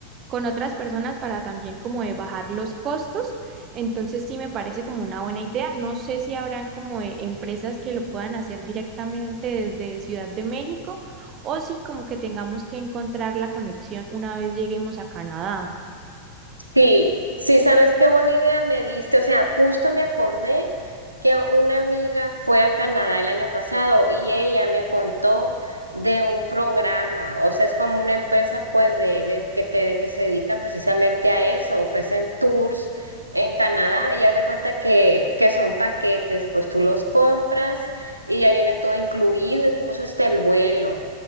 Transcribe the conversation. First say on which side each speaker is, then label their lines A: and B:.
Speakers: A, on the right (about 30°); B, on the right (about 80°).
A: con otras personas para también como de bajar los costos entonces sí me parece como una buena idea. No sé si habrán como eh, empresas que lo puedan hacer directamente desde Ciudad de México o si como que tengamos que encontrar la conexión una vez lleguemos a Canadá.
B: Sí, sí, sabes qué buena idea me diste. O sea, justo me acordé que una amiga fue a Canadá el año pasado y ella me contó de un programa. O sea, es como una empresa, pues, de, de que te, que se dedican precisamente a eso. Ofrecen tours en Canadá y haz de cuenta que, que son paquetes, pues tú los compras y ya viene todo incluido, incluso hasta el vuelo.